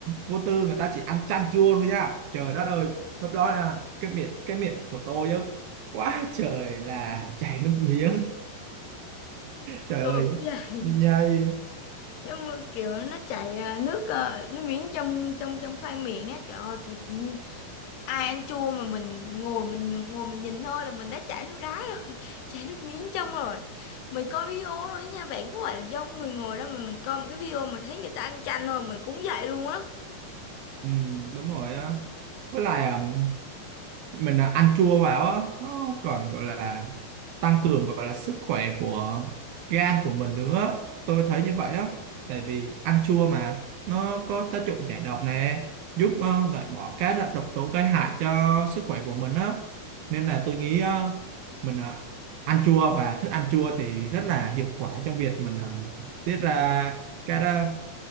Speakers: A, on the right (about 75°); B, on the left (about 75°).
A: vô tư người ta chỉ ăn chan chua thôi nha trời đất ơi lúc đó là cái miệng cái miệng của tôi á quá trời là chảy nước miếng trời ơi
B: tôi cũng vậy
A: nhây
B: nhưng mà kiểu nó chảy à, nước à, nó miếng trong trong trong khoai miệng á trời ơi tụi chị ai ăn chua mà mình ngồi mình ngồi mình nhìn thôi là mình đã chảy nước đá rồi <laughs> chảy nước miếng trong rồi mình coi video thôi nha bạn có phải là do người ngồi đó mà mình coi một cái video mà thấy người ta ăn chanh thôi mình cũng vậy luôn á
A: ừ, đúng rồi á với lại à, mình à, ăn chua vào á nó còn gọi là tăng cường gọi là sức khỏe của gan của mình nữa tôi thấy như vậy á tại vì ăn chua mà nó có tác dụng giải độc nè giúp ờ, loại bỏ các loại độc tố gây hại cho sức khỏe của mình á nên là tôi nghĩ ờ, mình à, ăn chua và thức ăn chua thì rất là hiệu quả trong việc mình à, tiết ra các ờ,